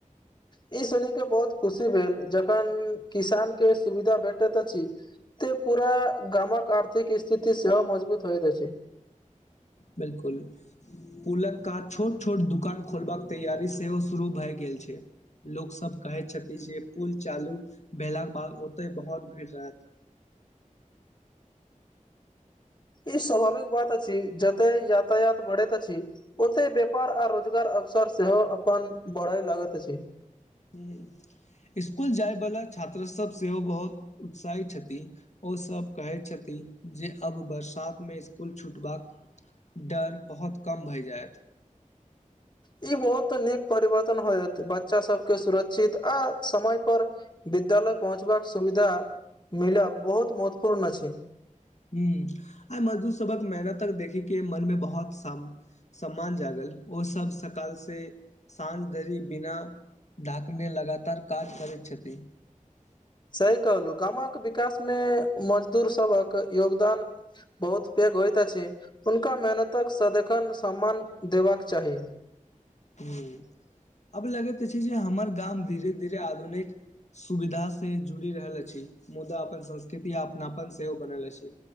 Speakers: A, on the left (about 35°); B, on the left (about 55°).
A: ई सुन के बहुत खुशी भेल जखन किसान के सुविधा भेटैत अछि ते पूरा गामक आर्थिक स्थित सेहो मजबूत होइत अ छै
B: बिलकुल। पुलक कात छोट छोट दुकान खोलबाक तैयारी सेहो शुरू भए गेल छै। लोक सब कहे छथिन जे पुल चालू भेला के बाद ओते बहुत भीड़ रहत
A: ई स्वाभाविक बात अछि जते यातायात बढ़ैत अछि ओते व्यापार आ रोजगार अवसर सेहो अपन बढ़य लगैत अछि।
B: ह इसकुल जाय बलाा छात्र सब सेहो बहुत उत्साहित छथि ओसभ कहै छथिन जे अब बरसात मे इसकुल छूटबाक- डर बहुत कम भए जायत
A: ई बहुत नीक परिवर्तन होयत बच्चा सबके सुरक्षित आ समय पर विद्यालय पहुँचबाक सुविधा मिल बहुत महत्वपूर्ण अछै।
B: ह आइे मजदूर सबक मेहनत तक देखे के मनमे बहुत श- सम्मान जागल ओसभ सकाल सँ। साँझ धरि बिना ढाकने लगातार काज करैत छथि।
A: सही कहलहुँ गामक विकास मे मजदूर सभक योगदान बहुत पैघ होइत अछि हुनका मेहनतक सदखन सम्मान देबाक चाही।
B: ह अब लगैत अछै जे हमर गाम धीरे धीरे आधुनिक- सुविधा से जुड़ि रहल अछि मुदा अपन संस्कृति अपनापन सेहो बनल अछि।